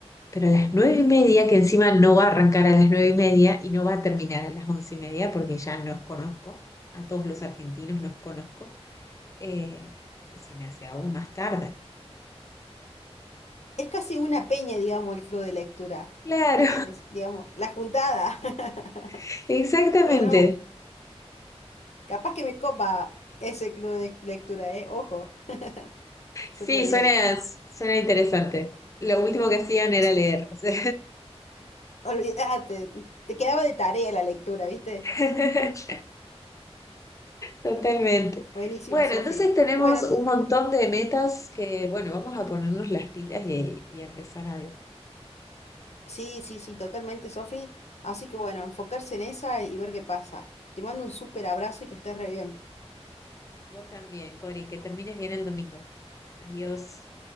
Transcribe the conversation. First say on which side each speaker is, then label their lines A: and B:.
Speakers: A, on the left; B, on the left.
A: Pero a las nueve y media, que encima no va a arrancar a las nueve y media y no va a terminar a las once y media, porque ya nos conozco, a todos los argentinos nos conozco, eh, se me hace aún más tarde.
B: Es casi una peña, digamos, el club de lectura.
A: Claro,
B: Es, digamos, la juntada. <laughs>
A: <laughs> exactamente.
B: Bueno, capaz que me copa ese club de lectura, ¿eh? Ojo. <laughs> Súper
A: Sí,
B: bien.
A: suena, suena interesante. Lo último que hacían era
B: Sí,
A: leer. o sea.
B: olvídate. Te quedaba de tarea la lectura, ¿viste?
A: <laughs> Totalmente.
B: Buenísimo,
A: Bueno,
B: Sofi.
A: entonces tenemos
B: Bueno,
A: un montón de metas que, bueno, vamos a ponernos las pilas y, y a empezar algo.
B: Sí, sí, sí, totalmente, Sofi. Así que bueno, enfocarse en esa y ver qué pasa. Te mando un súper abrazo y que estés re bien.
A: Vos también, Cori, que termines bien el domingo. Adiós.